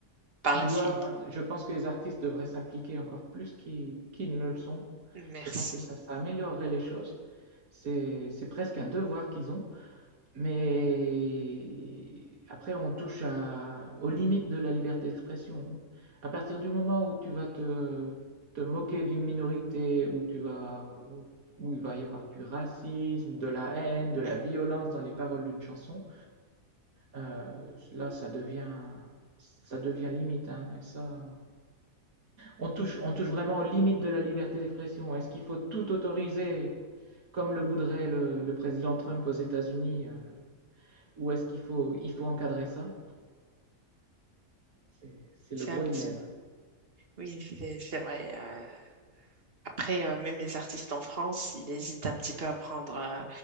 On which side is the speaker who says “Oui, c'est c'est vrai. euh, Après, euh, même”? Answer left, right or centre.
Right